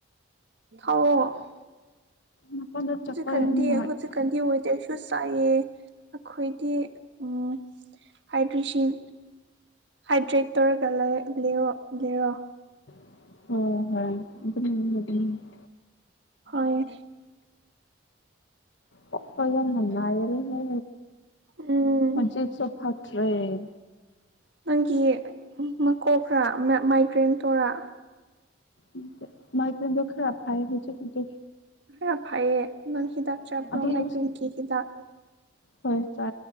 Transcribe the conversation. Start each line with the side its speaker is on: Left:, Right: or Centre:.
Right: ꯍ <unintelligible>
Left: ꯃꯄꯥꯟꯗ
Right: ꯍꯧꯖꯤꯛ
Left: ꯆꯠꯄ
Right: ꯀꯟꯗꯤ
Left: ꯅꯨꯡꯉꯥꯏ
Right: ꯍꯧꯖꯤꯛ ꯀꯟꯗꯤ ꯑꯣꯏꯣꯏꯗꯦ <unintelligible> ꯁꯨ ꯆꯥꯏꯑꯦ ꯑꯩꯈꯣꯏꯗꯤ ꯎ ꯍꯥꯏꯗ꯭ꯔꯤꯁꯟ ꯍꯥꯏꯗ꯭ꯔꯦꯠ ꯇꯧꯔꯒ ꯂꯩ ꯂꯦꯔꯣ ꯂꯦꯔꯣ
Left: <unintelligible>
Right: ꯍꯣꯏ
Left: ꯄꯄ ꯌꯥꯝ ꯃꯅꯥꯜ ꯍꯦ
Right: ꯎꯝ
Left: ꯃꯖꯤꯠꯁꯨ ꯐꯇ꯭ꯔꯦ <unintelligible>
Right: ꯅꯪꯒꯤ ꯃꯀꯣꯛ ꯈ꯭ꯔ ꯃꯥꯏꯒ꯭ꯔꯦꯟ ꯇꯧꯔꯥ
Left: ꯅꯠꯇꯦ ꯃꯥꯏ ꯄꯣꯝꯕ ꯈꯔ ꯐꯩ ꯍꯧꯖꯤꯛꯀꯤꯗꯤ
Right: ꯈꯔꯥ ꯐꯥꯏꯌꯦ ꯅꯪ ꯍꯤꯗꯥꯛ ꯆꯥꯄ꯭ꯔꯣ
Left: ꯑꯣꯏꯔꯁꯨ
Right: ꯃꯥꯏꯇꯩꯒꯤ ꯍꯤꯗꯥꯛ
Left: ꯍꯣꯏ ꯆ